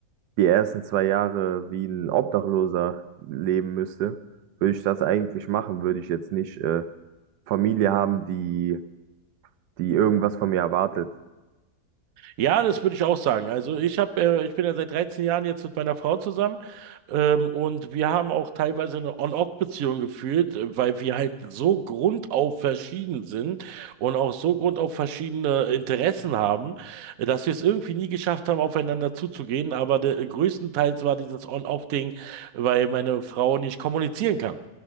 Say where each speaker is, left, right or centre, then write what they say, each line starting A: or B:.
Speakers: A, on the right (about 85°); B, on the right (about 65°).
A: die ersten zwei Jahre wie ein Obdachloser leben müsste, würde ich das eigentlich machen. Würde ich jetzt nicht äh, Familie haben, die, die irgendwas von mir erwartet.
B: Ja, das würde ich auch sagen. Also ich habe, äh, ich bin ja seit 13 Jahren jetzt mit meiner Frau zusammen ähm, und wir haben auch teilweise eine On-Off-Beziehung geführt, äh, weil wir halt so grundauf verschieden sind und auch so grundauf verschiedene Interessen haben, äh, dass wir es irgendwie nie geschafft haben, aufeinander zuzugehen. Aber der, äh, größtenteils war dieses On-Off-Ding, weil meine Frau nicht kommunizieren kann.